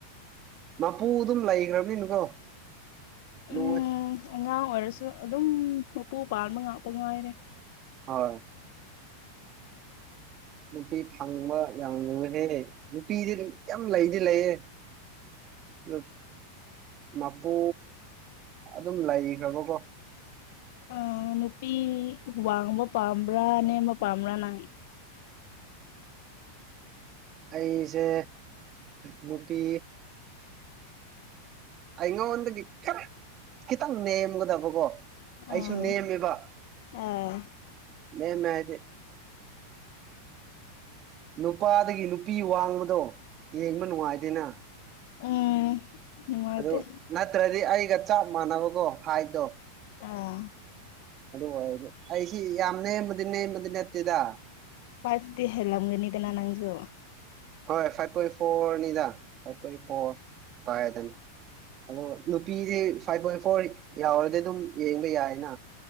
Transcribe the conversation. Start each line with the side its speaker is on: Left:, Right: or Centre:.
Right: ꯃꯄꯨ ꯑꯗꯨꯝ ꯂꯩꯈ꯭ꯔꯕꯅꯤꯅꯀꯣ ꯂꯨꯋꯦ
Left: ꯎꯝ ꯑꯉꯥꯡ ꯑꯣꯏꯔꯁꯨ ꯑꯗꯨꯝ ꯃꯄꯨ ꯄꯥꯟꯕ ꯉꯥꯛꯇ ꯉꯉꯥꯏꯔꯦ
Right: ꯍꯣꯏ ꯅꯨꯄꯤ ꯐꯪꯕ ꯌꯥꯝ ꯉꯨꯍꯦ ꯅꯨꯄꯤꯗꯤ ꯌꯥꯝ ꯂꯩꯗꯤ ꯂꯩꯌꯦꯦ ꯎꯝ ꯃꯄꯨ ꯑꯗꯨꯝ ꯂꯩꯈ꯭ꯔꯕꯀꯣ
Left: ꯑ ꯅꯨꯄꯤ ꯋꯥꯡꯕ ꯄꯥꯝꯕ꯭ꯔꯥ ꯅꯦꯝꯕ ꯄꯥꯝꯕ꯭ꯔꯥ ꯅꯪ
Right: ꯑꯩꯁꯦ ꯅꯨꯄꯤ ꯑꯩꯉ ꯀꯈꯤꯇꯪ ꯅꯦꯝꯒꯗꯕ ꯀꯣ ꯑꯩꯁꯨ
Left: ꯑꯥ
Right: ꯅꯦꯝꯃꯦꯕ
Left: ꯑꯥ
Right: ꯅꯦꯝꯃꯦ ꯍꯥꯏꯗꯤ ꯅꯨꯄꯥꯗꯒꯤ ꯅꯨꯄꯤ ꯋꯥꯡꯃꯗꯣ ꯌꯦꯡꯕ ꯅꯨꯡꯉꯥꯏꯗꯦꯅ
Left: ꯎꯝ ꯅꯨꯡꯉꯥꯏꯇꯦ
Right: ꯑꯗꯨ ꯅꯠꯇ꯭ꯔꯗꯤ ꯑꯩꯒ ꯆꯞ ꯃꯥꯟꯅꯕꯀꯣ ꯍꯥꯏꯗꯣ
Left: ꯑꯥ
Right: ꯑꯗꯨ ꯑꯣꯏꯗꯤ ꯑꯩꯁꯤ ꯌꯥꯝ ꯅꯦꯝꯕꯗꯤ ꯅꯦꯝꯃꯗꯤ ꯅꯠꯇꯦꯗ
Left: ꯐꯁꯇꯤ ꯍꯂꯒꯅꯤꯗꯅꯥ ꯅꯪꯖꯨ
Right: ꯍꯣꯏ ꯐꯥꯏꯚ ꯄꯣꯏꯟ ꯐꯣꯔꯅꯤꯗꯥ ꯐꯥꯏꯚꯣꯏ ꯐꯣꯔ ꯀꯅꯤ ꯑꯗꯣ ꯅꯨꯄꯤꯗꯤ ꯐꯥꯏꯚ ꯄꯣꯏꯟ ꯐꯣꯔ ꯌꯥꯎꯔꯗꯤ ꯑꯗꯨꯝ ꯌꯦꯡꯕ ꯌꯥꯏꯅ